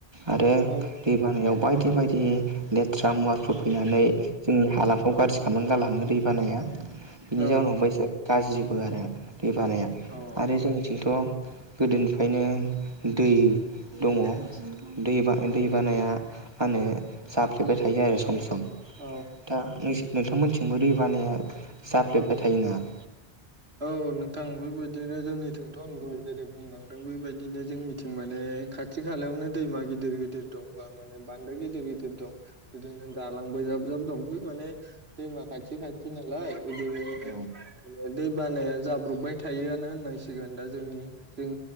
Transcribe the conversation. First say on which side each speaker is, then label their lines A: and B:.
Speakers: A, on the right; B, on the right.
A: आरो
B: औ
A: दै बानायाव बायदि बायदि दि लेथ ट्रा मुवाफोर फैनानै जोंनि हालाम खौ गाज्रि खालामनानै गालाङो दै बानाया बिनि
B: औ
A: जाउनाव बायसा गाज्रि आरो दै बानाया
B: औ
A: आरो जोंनिथिंथ गोदोनिफ्रायनो दै दङ दै बा दै बानाया मा होनो जाफ्लेबाय थायो आरो सम सम
B: औ
A: दा नोंस नोंथांमोनथिंबो दै बानाया जाफ्लेबबाय थायोनामा
B: औ नोंथां बेबायदिनो जोंनिथिंथ' आं दहाय जेरै बुंलांदों बेबायदिनो जोंनिथिं माने खाथि खालायावनो दैमा गिदिर गिदिर दं बा माने बान्दो गिदिर गिदिर दं बिदिनो दालांबो जाब जाब दं बे माने दैमा खाथि खाथि नालाय बिदिनो
A: औ
B: दै बानाया जाब्रबबाय थायोआनो होननांसिगोन दा जोंनि जों